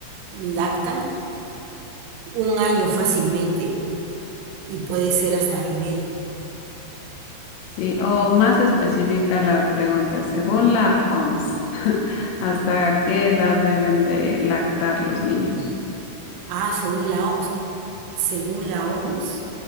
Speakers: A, on the right; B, on the left.
A: lactan un año fácilmente y puede ser hasta año y medio.
B: Sí, o más específica la pregunta, según la OMS, <laughs> ¿hasta qué edad deben de lactar los niños?
A: Ah, según la OMS. Según la OMS,